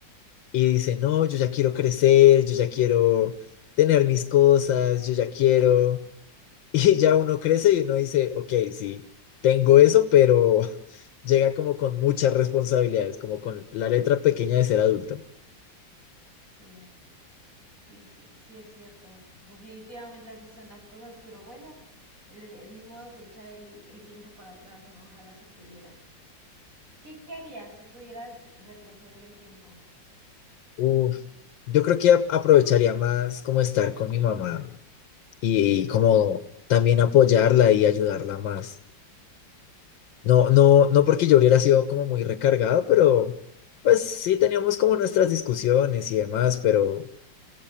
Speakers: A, on the left (about 85°); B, on the right (about 45°).
A: y dice, no, yo ya quiero crecer, yo ya quiero tener mis cosas, yo ya quiero. <laughs> Y ya uno crece y uno dice, ok, sí, tengo eso, pero <laughs> llega como con muchas responsabilidades, como con la letra pequeña de ser adulto.
B: Sí, sí, sí, sí es cierto. Definitivamente así son las cosas, pero bueno, eh, ni modo de echar el, el tiempo para atrás, ¿no? Ojalá se pudiera. ¿Qué, qué harías si pudieras retroceder el tiempo?
A: Uf, yo creo que a- aprovecharía más como estar con mi mamá y, como también apoyarla y ayudarla más. No, no, no porque yo hubiera sido como muy recargado, pero pues sí teníamos como nuestras discusiones y demás, pero,